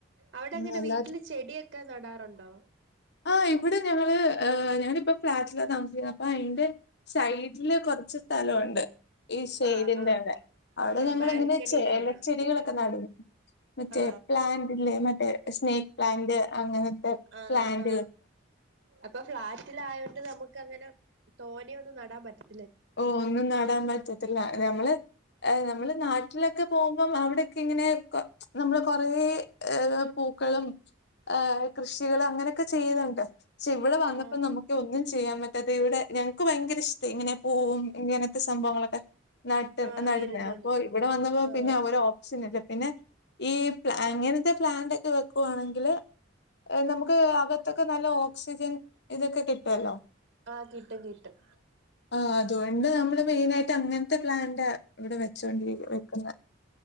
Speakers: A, on the right (about 55°); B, on the left (about 60°).
A: അവിടെങ്ങനെ
B: വല്ലാതെ
A: വീട്ടില് ചെടിയൊക്കെ നടാറുണ്ടോ
B: ആ ഇവിടെ ഞങ്ങള് ഞങ്ങളിപ്പം ഫ്ളാറ്റിലാ താമസിക്കുന്നേ അപ്പൊ അയ്ന്റെ സൈഡ്ല് കുറച്ച് സ്ഥലമുണ്ട് ഈ <unintelligible>
A: ആ ആ
B: അവ്ടെ
A: ആ
B: ഞങ്ങളിങ്ങനെ
A: ബാൽക്കണിയുടെ
B: ചെല
A: അവിടെ
B: എലച്ചെടികളൊക്കെ നടും മറ്റേ
A: ആ
B: പ്ലാന്റ്ല്ലേ മറ്റേ സ്നൈക് പ്ലാന്റ് അങ്ങനത്തെ
A: ആ
B: പ്ലാാന്റ്
A: ആ അപ്പൊ ഫ്ളാറ്റിലായോണ്ട് നമുക്കങ്ങനെ തോനൊന്നും നടാൻ പറ്റില്ല
B: ഓ ഒന്നും നടാൻ പറ്റത്തില്ല ഞമ്മള് നമ്മള് നാട്ട്ലൊക്കെ പോവുമ്പം അവിടൊക്കിങ്ങനെ നമ്മള് കൊറേ പൂ പൂക്കളും ആ കൃഷികളും അങ്ങനൊക്കെ ചെയ്യുന്നുണ്ട് പക്ഷെ ഇവടെ വന്നപ്പോ
A: ആ
B: നമുക്ക് ഒന്നും ചെയ്യാൻ പറ്റാത്തെ ഇവിടെ ഞങ്ങൾക്ക് ഭയങ്കര ഇഷ്ടെ ഇങ്ങനെ പൂവും ഇങ്ങനത്തെ സംഭവങ്ങളൊക്കെ നാട്ട്
A: ആ
B: നട്ന്നാ
A: വരുന്നത്
B: അപ്പൊ ഇവടെ വന്നപ്പോ
A: ആ
B: പിന്നെ ഒര് ഓപ്ഷനില്ല പിന്നെ ഈ പ്ലാ അങ്ങനത്തെ പ്ലാൻ്റൊക്കെ വെക്കുവാണെങ്കിൽ നമുക്ക് അക ത്തൊക്കെ നല്ല ഓക്സിജൻ ഇതൊക്കെ കിട്ടൊല്ലോ
A: ആ കിട്ടും കിട്ടും
B: ആ അതുകൊണ്ട് നമ്മള് മെയിനായ്ട്ട് അങ്ങനത്തെ പ്ലാന്റാ ഇവ്ടെ വെച്ചൊണ്ടിരി വെക്കുന്നെ